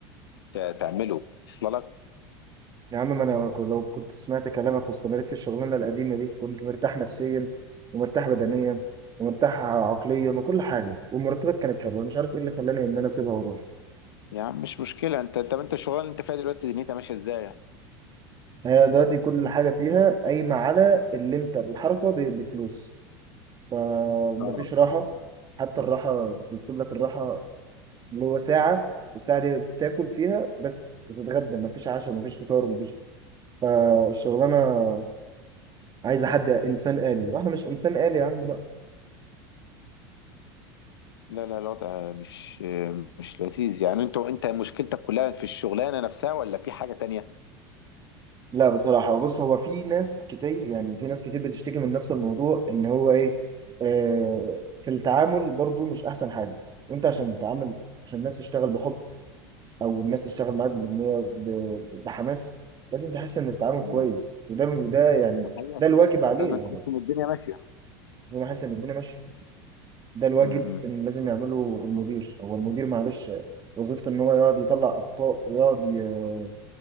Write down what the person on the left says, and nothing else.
ت- تعمله اصل لك
يعني مش مشكله انت طب انت الشغلانه اللي انت فيها دلوقتي دنيتها ماشيه ازاي
اه
لا لا الوضع مش مش لذيذ يعني انت انت مشكلتك كلها في الشغلانه نفسها ولا في حاجه تانية
مم.
ده حقيقة
فعلا.
لازم تحس
ان الدنيا ماشيه
امم